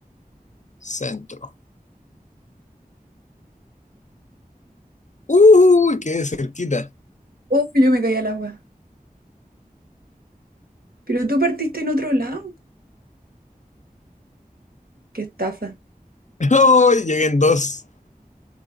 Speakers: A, on the left; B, on the right.
A: centro. ¡Uy! Quedé cerquita.
B: Uy, yo me caí al agua. Pero tú partiste en otro lado. Qué estafa.
A: <laughs> ¡Uy! Llegué en dos.